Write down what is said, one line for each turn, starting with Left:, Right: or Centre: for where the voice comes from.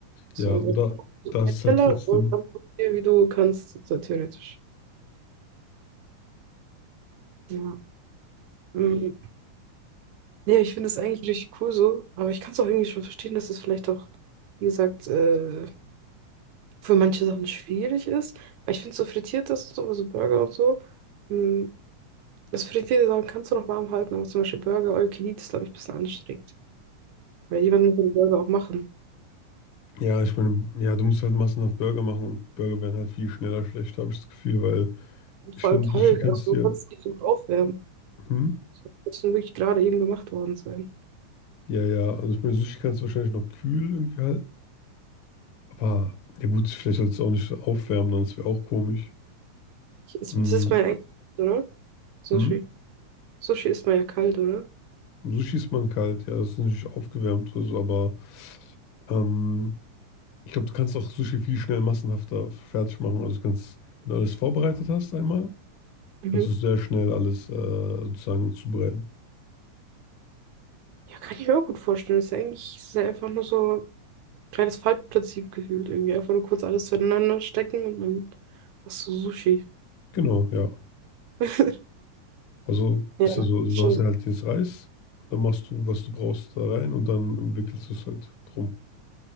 Right: So,
Left: Ja, aber
Right: das
Left: da,
Right: ist
Left: da ist
Right: ein
Left: es
Right: Teller
Left: halt trotzdem.
Right: und dann guck dir, wie du kannst, so theoretisch. Ja. Mm, Ja, ich finde es eigentlich richtig cool so, aber ich kann es auch irgendwie schon verstehen, dass es vielleicht auch, wie gesagt, äh, für manche Sachen schwierig ist. Aber ich finde so frittiertes und so, also Burger und so, mh, das frittierte Sachen kannst du noch warm halten, aber zum Beispiel Burger, All You Can Eat ist, glaube ich, ein bisschen anstrengend. Weil jemand muss ja die Burger auch machen.
Left: Ja, ich meine, ja, du musst halt massenhaft Burger machen und Burger werden halt viel schneller schlecht, habe ich das Gefühl, weil
Right: Und
Left: ich
Right: vor
Left: finde,
Right: allem
Left: Sushi
Right: kalt,
Left: kannst
Right: also du
Left: du ja,
Right: kannst nicht so gut aufwärmen.
Left: hm?
Right: Das muss wirklich gerade eben gemacht worden sein.
Left: Ja, ja, also ich meine, Sushi kannst du wahrscheinlich noch kühl irgendwie halten, aber ja gut, vielleicht sollst du es auch nicht aufwärmen, dann ist wäre auch komisch.
Right: Ich, ist,
Left: Hm.
Right: das ist mein eigenes, oder? So
Left: Hm?
Right: schwierig. Sushi isst man ja kalt, oder?
Left: so schießt man kalt, ja, das ist nicht aufgewärmt oder so, aber ähm, ich glaube, du kannst auch Sushi viel schnell massenhafter fertig machen. Also du kannst, wenn du alles vorbereitet hast einmal,
Right: Mhm.
Left: kannst du sehr schnell alles äh, sozusagen zubereiten.
Right: Ja, kann ich mir auch gut vorstellen. Ist ja eigentlich ist ja einfach nur so ein kleines Faltprinzip gefühlt irgendwie. Einfach nur kurz alles zueinander stecken und dann hast du Sushi.
Left: Genau, ja.
Right: <laughs>
Left: Also
Right: Ja,
Left: ist ja so, also
Right: schon.
Left: du hast ja halt jetzt Reis, dann machst du, was du brauchst, da rein und dann wickelst du es halt drum.